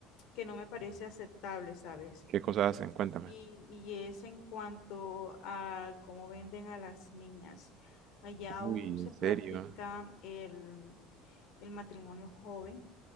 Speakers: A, on the left; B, on the right.
A: que no me parece aceptable, ¿sabes?
B: ¿Qué cosas hacen? Cuéntame.
A: Y, y es en cuanto a cómo venden a las niñas. Allá aún
B: Uy,
A: se
B: ¿en
A: practica
B: serio?
A: el, el matrimonio joven